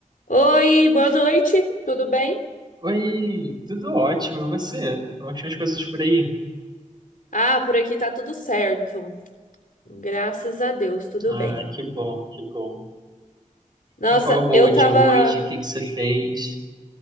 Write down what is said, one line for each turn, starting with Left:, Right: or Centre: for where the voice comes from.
Left: Oi, boa noite, tudo bem?
Right: Oi, tudo ótimo, e você? Como é que estão as coisas por aí?
Left: Ah, por aqui tá tudo certo. Graças a Deus, tudo
Right: Ah,
Left: bem.
Right: que bom, que bom.
Left: Nossa,
Right: E qual é a boa
Left: eu tava.
Right: de hoje? O que que você fez?